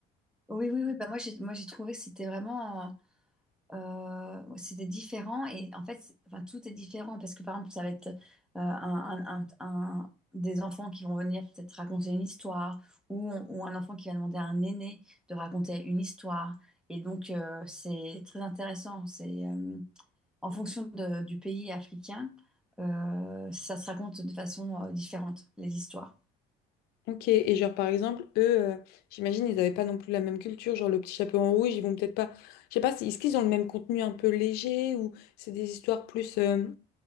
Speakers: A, in the centre; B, on the left (about 80°).
A: oui, oui, oui. Bah, moi, j'ai, moi, j'ai trouvé que c'était vraiment euh, euh, c'était différent et en fait, c'est- enfin, tout est différent parce que par exemple, ça va être euh, un, un- un- un- des enfants qui vont venir peut-être raconter une histoire ou, ou un enfant qui va demander à un aîné de raconter une histoire. Et donc, euh, c'est très intéressant. C'est euh, en fonction de- du pays africain, euh, ça se raconte de façon euh, différente, les histoires.
B: Ok, et genre par exemple, eux, euh, j'imagine, ils n'avaient pas non plus la même culture, genre le petit chaperon rouge, ils vont peut-être pas, je sais pas, c'est- est-ce qu'ils ont le même contenu un peu léger ou c'est des histoires plus euh,